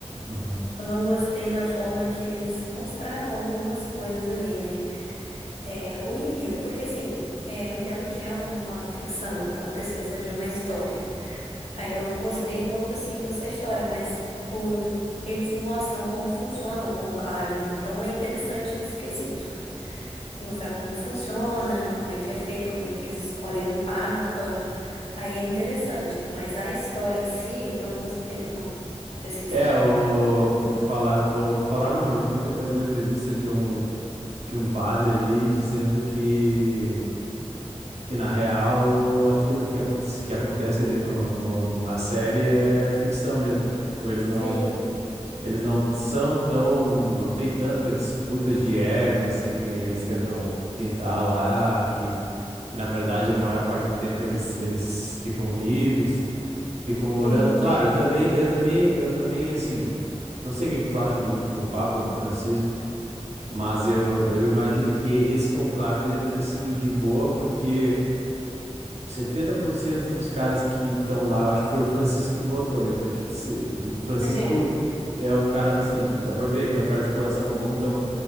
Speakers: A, on the right (about 70°); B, on the left (about 60°).
A: Uhum.
B: Eu não gostei da forma que eles mostraram algumas coisas ali, né? É, o enredo, porque assim, é, eu entendo que é uma ficção, então precisa de uma história. Aí eu não gostei muito assim dessa história, mas o- eles mostram como funciona o conclave, então é interessante nesse quesito. Mostrar como funciona, de como é que é feito, como é que eles escolhem o papa. Aí é interessante, mas a história em si eu não gostei muito não, pra ser sincera.
A: É, o, me falaram, o, me falaram não, eu vi depois uma entrevista de um, de um padre ali dizendo que, que na real aquilo que acontece, que acontece ali no, no, na série é ficção mesmo, que tipo, eles não,
B: Sim,
A: eles não são tão, não tem tanta disputa de ego assim que nem eles tentam pintar lá, ah, que, que na verdade a maior parte do tempo eles, eles ficam unidos. Ficam orando.
B: sim.
A: Claro, eu também, eu também, eu também, assim, não sei o que que tu acha do último Papa, do Francisco, mas eu, eu imagino que esse conclave deve ter sido de boa, porque 70% dos caras que estão lá, eu acho que foi o Francisco que botou. Então, tipo, se- o Francisco
B: <laughs>
A: é um cara, assim, de- dá pra ver que é um cara de coração bom. Então,